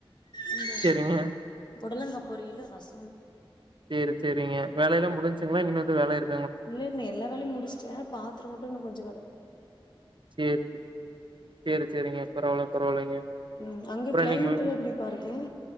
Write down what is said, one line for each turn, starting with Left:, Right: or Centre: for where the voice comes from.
Left: இந்த
Right: சேரிங்க
Left: புடலங்கா பொரியிலு ரசோம்
Right: சேரி சேரிங்க வேலை எல்லாம் முடிஞ்சுங்களா இனிமே வேலை இருக்கு
Left: இல்ல இன்ன எல்லா வேலையும் முடிச்சுட்டேன் பாத்துரம் மட்டும் இன்னும் கொஞ்சம் கட
Right: சேரி சேரி சேரிங்க பரவால பரவாலைங்க
Left: ம் அங்க
Right: அப்புறம்
Left: கிளைமேட்
Right: இன்னைக்கு
Left: எல்லா எப்டிப்பா இருக்கு